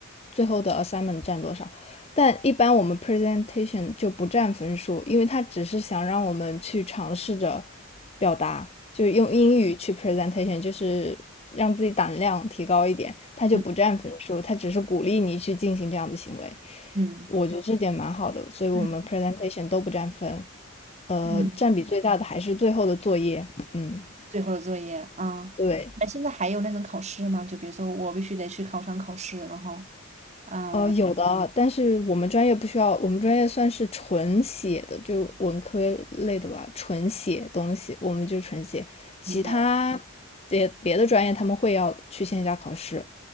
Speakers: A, on the left (about 30°); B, on the right (about 30°).
A: 最后的 assignment 占多少。但一般我们 presentation 就不占分数，因为它只是想让我们去尝试着表达，就是用英语去 presentation，就是让自己胆量提高一点，它就不占分数，
B: 嗯
A: 它只是鼓励你去进行这样的行为。
B: 嗯
A: 我觉得这点蛮好的，所以我们
B: 嗯
A: presentation 都不占分，呃，
B: 嗯，
A: 占比最大的还是最后的作业。嗯，
B: 最后的作业啊，
A: 对，
B: 那现在还有那种考试吗？就比如说我必须得去考场考试，然后，嗯，
A: 呃，有的啊但是我们专业不需要，我们专业算是纯写的，就文科类的吧，纯写东西，我们就纯写。其他别别的专业他们会要去线下考试。
B: 明白